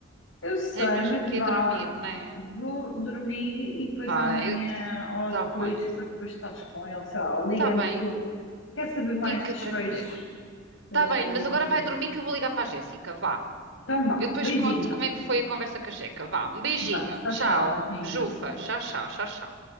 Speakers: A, on the left; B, on the right.
A: eu sei,
B: Tens mesmo
A: mas
B: que
A: vá,
B: ir dormir, né?
A: vou dormir e depois
B: Vai,
A: amanhã
B: eu...
A: ou
B: tá
A: depois,
B: bem.
A: quando depois estás com ele, sei lá, liga-me
B: Tá bem,
A: porque eu quero saber mais
B: fica
A: desfechos
B: tranquila.
A: desta,
B: Tá bem, mas
A: desta
B: agora
A: história.
B: vai dormir que eu vou ligar para a Jéssica, vá.
A: Então vá.
B: Eu depois
A: Beijinho.
B: conto como é que foi a conversa com a Jeca, vá. Um beijinho,
A: Vá. Tchau,
B: tchau.
A: tchau, Ginho.
B: Bejufa, tchau, tchau, tchau, tchau.